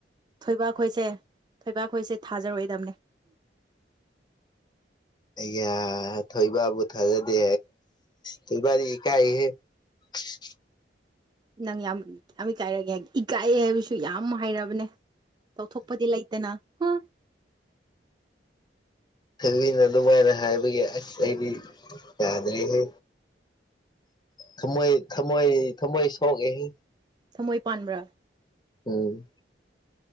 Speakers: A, on the right; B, on the left.
A: ꯊꯣꯏꯕꯥꯛ ꯈꯣꯏꯁꯦ ꯊꯣꯏꯕꯥꯛꯈꯣꯏꯁꯦ ꯊꯥꯖꯔꯛꯏꯗꯕꯅꯦ
B: ꯌꯥ ꯊꯣꯏꯕꯥꯕꯨ ꯊꯥꯖꯗꯦ ꯊꯣꯏꯕꯥꯗꯤ ꯏꯀꯥꯏꯍꯦ <inaudible>
A: ꯅꯪ ꯌꯥꯝ ꯌꯥꯝ ꯏꯀꯥꯏꯔꯒꯦ ꯏꯀꯥꯏꯑꯦ ꯍꯥꯏꯕꯁꯨ ꯌꯥꯝ ꯍꯩꯔꯕꯅꯦ ꯇꯧꯊꯣꯛꯄꯗꯤ ꯂꯩꯇꯅ ꯍꯥ
B: ꯊꯕꯤꯅ ꯑꯗꯨꯃꯥꯏꯅ ꯍꯥꯏꯕꯒꯤ ꯑꯁ ꯑꯩꯗꯤ ꯌꯥꯥꯗ꯭ꯔꯦꯍꯦ ꯊꯃꯣꯏ ꯊꯃꯣꯏ ꯊꯃꯣꯣꯏ ꯁꯣꯛ ꯑꯦ
A: ꯊꯝꯃꯣꯏ ꯄꯥꯟꯕ꯭ꯔꯥ
B: ꯎꯝ